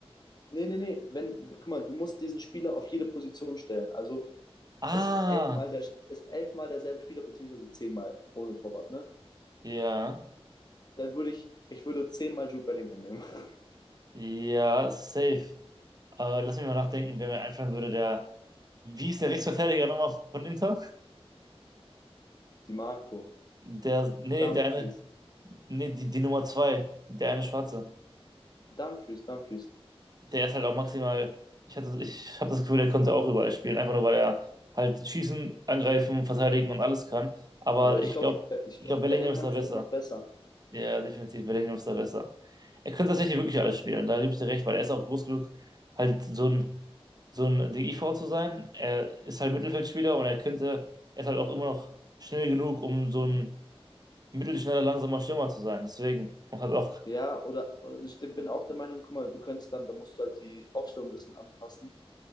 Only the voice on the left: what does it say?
Nee, nee, nee. Wenn, guck mal, du musst diesen Spieler auf jede Position stellen. Also
es ist elfmal, der, ist elfmal derselbe Spieler, beziehungsweise zehnmal ohne Torwart, ne?
Dann würde ich, ich würde zehnmal Jude Bellingham nehmen. <laughs>
Die Marco,
Dumfries,
Dumfries, Dumfries.
Aber ich
glaube,
ich
glaub,
Bellingham
ist
noch besser.
Ja, oder oder ich bin auch der Meinung, guck mal, du könntest dann, da musst du halt die Aufstellung ein bisschen anpassen.